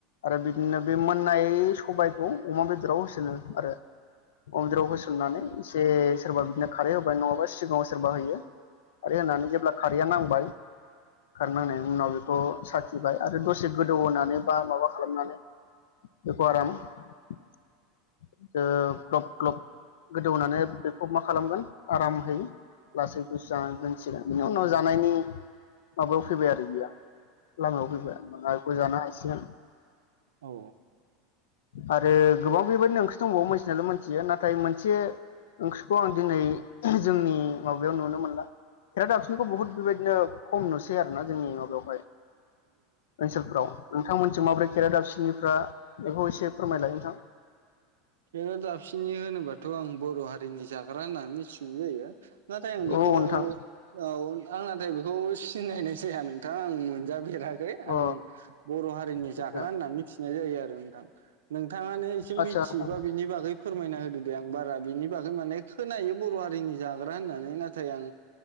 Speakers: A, on the left; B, on the right.
A: आरो बिदिनो बे मोननाय सबायखौ अमा बेदराव होसनो आरो अमा बेदराव होसननानै एसे सोरबा बिदिनो खारै होबाय नङाबा सिगाङाव सोरबा होयो खारै होनानै जेब्ला खारैया नांबाय खार नांनायनि उनाव बेखौ सा बाय आरो दसे गोदौ होनोनानै बा माबा खालामनानै बेखौ आराम ओ ग्लब ग्लब गोदौनानै बेखौ मा खालामगोन आरामहै लासै गुसु जानानै दोंसे बिनि उनाव जानायनि माबायाव फैबाय आरो बियो लामायाव फैबाय <inaudible> जानो हासिगोन
B: औ
A: आरो गोबां बेबायदिनो ओंख्रि दंबावो मोनथिनायाथ' मोनथियो नाथाय मोनसे ओंख्रिखौ आं दिनै जोंनि माबायाव नुनो मोनला खेराादफिनिखौ बुहुत बेबायदिनो खम नुसै आरो ना जोंनि माबायाव हाय। ओनसोलफ्राव नोंथांमोनस माब्रै खेरादाफिनिफ्रा बेखौ एसे फोरमायलाय नोंथां
B: खेरादाफिनि होनोबाथ' आं बर' हारिनि जाग्रा होननानै मिथिनाय जायो नाथाय आं बेखौ
A: औ नोंथां
B: औ आं नाथाय बेखौ सिनायनाय जाया नोंथां आं मोनजाफेराखै <inaudible>
A: अ
B: आं बर' हारिनि
A: आदसा
B: जाग्रा होननानै मिथिनाय जायो आरो नोंथां नोंथाङानो एसे
A: आदसा
B: मि थियोबा
A: नोंथां
B: बिनि बागै फोरमायना होदो दे आं बारा बिनि बागै माने खोनायो बर' हारिनि जाग्रा होननानै नाथाय आं